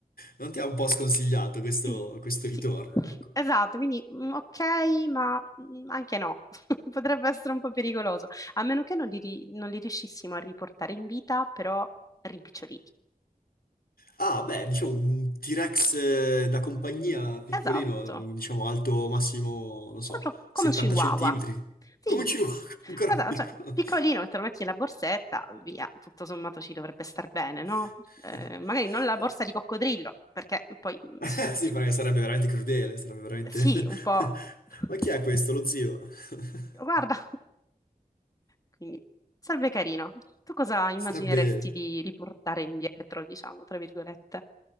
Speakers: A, on the left; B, on the left.
A: non ti ha un po' sconsigliato questo,
B: Quindi
A: questo
B: sì,
A: ritorno,
B: <laughs>
A: ecco.
B: esatto, quindi mm, ok, ma mm, anche no, <laughs> potrebbe essere un po' pericoloso, a meno che non li, ri- non li riuscissimo a riportare in vita, però rimpiccioliti.
A: Ah, beh, diciamo un T-Rex eh, da compagnia piccolino,
B: Esatto,
A: diciamo alto massimo, non so,
B: Quanto-
A: 70
B: come un chihuahua.
A: centimetri.
B: Sì,
A: Come ci
B: sì,
A: vuole <laughs> ancora
B: esatto,
A: più piccolo?
B: cioè, piccolino, te lo metti nella borsetta, via, tutto sommato ci dovrebbe star bene,
A: <laughs>
B: no? Eh, magari non la borsa di coccodrillo, perché poi mm,
A: Eh,
B: sì,
A: Sì, perché sarebbe veramente crudele, sarebbe veramente...
B: sì, un po'...
A: <laughs>
B: <laughs>
A: Ma chi è questo? Lo zio? <laughs>
B: Guarda. Quindi sarebbe carino. Tu cosa immagineresti
A: Sarebbe...
B: di riportare indietro, diciamo, tra virgolette?